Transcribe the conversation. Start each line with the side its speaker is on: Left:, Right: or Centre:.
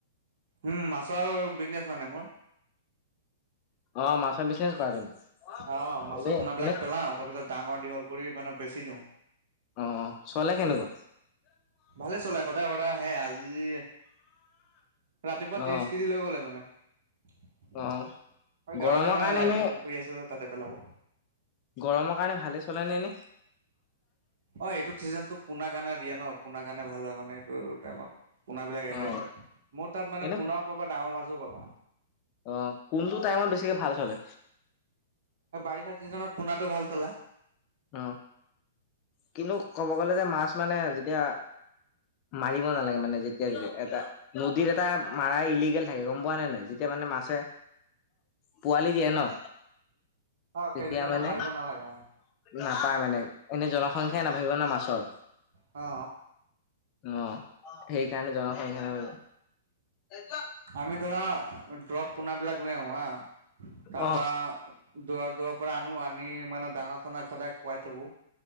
Right: উম, মাছৰ বিজনেছ মানে মোৰ।
Left: অ, মাছৰ বিচনেছ কৰা তুমি।
Right: অ, মাছৰ
Left: এনে
Right: পোনাবিলাক
Left: এনে
Right: পেলাও তাৰ পিছত ডাঙৰ দীঘল কৰি মানে বেছি দিওঁ।
Left: অ', চলে কেনেকুৱা?
Right: ভালে চলে, সদায় সদায় অৰ্ডাৰ আহে আজি ৰাতিপুৱা ত্ৰিশ
Left: অ
Right: কেজি লৈ গ'লে এজনে। হয়
Left: অ গৰমৰ
Right: গাঁৱতে মানে
Left: কাৰণে
Right: ৰাইজৰ
Left: এনে
Right: পুখুৰী আছে যে তাতে পেলাব।
Left: গৰমৰ কাৰণে ভালে চলে নে এনে?
Right: অ', এইটোত চিজন টো পোনাৰ কাৰণে দিয়ে ন' পোনাৰ কাৰণে ভাল হয় মানে। ত টাইমত পোনা বিলাক এৰে
Left: অ',
Right: আৰু মোৰ তাত মানে
Left: এনে
Right: পোনাও পাবা ডাঙৰ মাছও পাবা।
Left: অ', কোনটো টাইমত বেছিকে ভাল চলে?
Right: এই বাৰিষা চিজনত পোনাটো ভাল চলে।
Left: অ', কিন্তু ক'ব গলে যে মাছ মানে যেতিয়া মাৰিব নালাগে মানে যেতিয়া তেতিয়া এটা। নদীৰ এটা মাৰা ইলিগেল থাকে গম পোৱা নাই নাই যেতিয়া মানে মাছে পোৱালি দিয়ে ন'
Right: অ',
Left: তেতিয়া
Right: সেইটো টাইমত
Left: মানে
Right: মাৰিব নালাগে অ'।
Left: নাপায় মানে এনে জনসংখ্যাই নাবহিব না মাছৰ।
Right: অ
Left: অ', সেইকাৰণে জনসংখ্যা নাপ <unintelligible>
Right: আমি ধৰা দৰৱ পোনাবিলাক লৈ আহোঁ হা, তাৰ
Left: অ',
Right: পৰা দৰ দৰ <unintelligible> পৰা আনো আনি মানে দানা চানা সদায় শুৱাই থাকোঁ